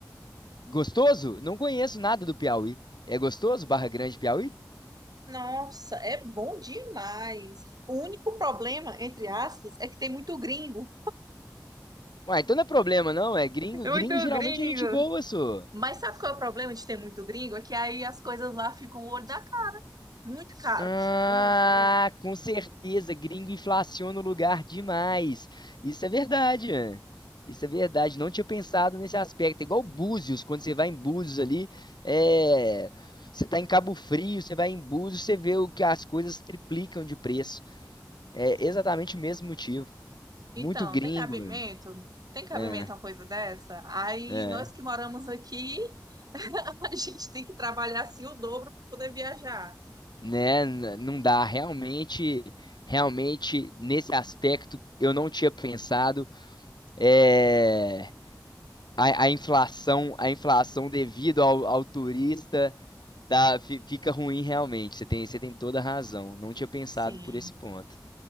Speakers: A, on the left (about 80°); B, on the right (about 60°).
A: Gostoso? Não conheço nada do Piauí. É gostoso, Barra Grande, Piauí?
B: Nossa, é bom demais. O único problema, entre aspas, é que tem muito gringo.
A: Ué, então não é problema, não. É gringo.
B: Muito
A: Gringo geralmente
B: gringo.
A: é gente boa, só.
B: Mas sabe qual é o problema de ter muito gringo? É que aí as coisas lá ficam o olho da Muito caro.
A: Ah,
B: Muito, muito.
A: com certeza. Gringo inflaciona o lugar demais. Isso é verdade. é. Isso é verdade. Não tinha pensado nesse aspecto. É igual Búzios, quando você vai em Búzios ali, é. Você tá em Cabo Frio, você vai em Búzios, você vê o que as coisas triplicam de preço. É exatamente o mesmo motivo.
B: Então,
A: Muito gringo,
B: tem cabimento?
A: mano.
B: Tem cabimento
A: É,
B: uma coisa dessa? Aí,
A: é.
B: nós que moramos aqui, <laughs> a gente tem que trabalhar assim o dobro para poder viajar.
A: né? n- Não dá, realmente, realmente nesse aspecto eu não tinha pensado. É, a, a inflação, a inflação devido ao, ao turista tá, fi- fica ruim realmente. Você tem, você tem toda a razão. Não tinha pensado
B: Sim,
A: por esse ponto.